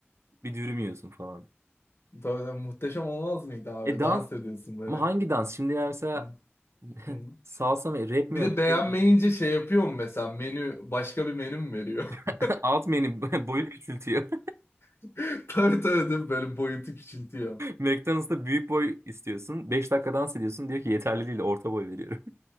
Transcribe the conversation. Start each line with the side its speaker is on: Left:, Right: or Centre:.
Right: bir dürüm yiyorsun falan.
Left: Tabii, muhteşem olmaz mıydı abi?
Right: E dans
Left: Dans ediyorsun böyle.
Right: ama hangi dans? Şimdi yani mesela
Left: Hı,
Right: <laughs>
Left: hı.
Right: salsa mı, rap
Left: Bir
Right: mi yap?
Left: de beğenmeyince
Right: Şey,
Left: şey yapıyor mu mesela menü başka bir menü mü veriyor?
Right: <laughs> alt menü <laughs> boyut küçültüyor.
Left: <laughs> Tabii tabii değil mi? Böyle boyutu küçültüyor.
Right: <laughs>
Left: <laughs>
Right: McDonald's'ta büyük boy istiyorsun. beş dakika dans ediyorsun. Diyor ki yeterli değil, orta boy veriyorum.